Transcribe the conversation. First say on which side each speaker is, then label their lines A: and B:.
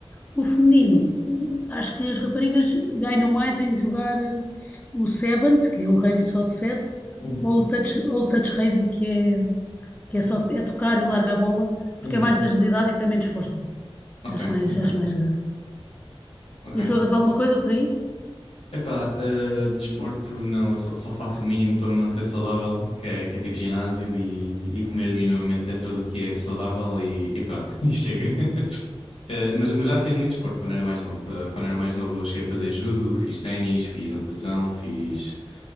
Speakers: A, on the left; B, on the left.
A: o feminino, hum, acho que as raparigas ganham mais em jogar eh, o Sevens, que é o rugby só de sete,
B: uhum,
A: ou o touch, ou o touch rugby, que é, que é só é tocar e largar a bola, porque
B: uhum.
A: é mais de agilidade e tem menos força.
B: Ok,
A: Acho mais,
B: ok,
A: acho mais graça.
B: ok.
A: E jogas alguma coisa por aí?
B: Epá, eh, desporto não, eu só, só faço o mínimo para me manter saudável, que é, que é tipo ginásio e, e comer minimamente dentro do que é saudável e, e pronto, <laughs> e chega. Eh, mas, mas já fiz muito desporto quando era mais novo. Eh, quando era mais novo eu cheguei a fazer judo, fiz ténis, fiz natação, fiz,